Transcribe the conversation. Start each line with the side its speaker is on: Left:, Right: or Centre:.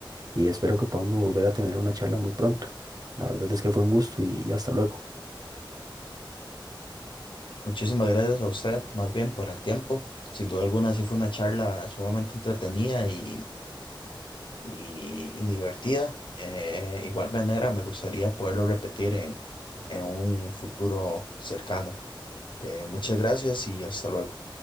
Right: y espero que podamos volver a tener una charla muy pronto. La verdad es que fue un gusto y hasta luego.
Left: Muchísimas gracias a usted, más bien por el tiempo. Sin duda alguna, sí fue una charla sumamente entretenida y, y- y divertida. Eh, igual manera, me gustaría poderlo repetir en, en un futuro cercano. Eh, muchas gracias y hasta luego.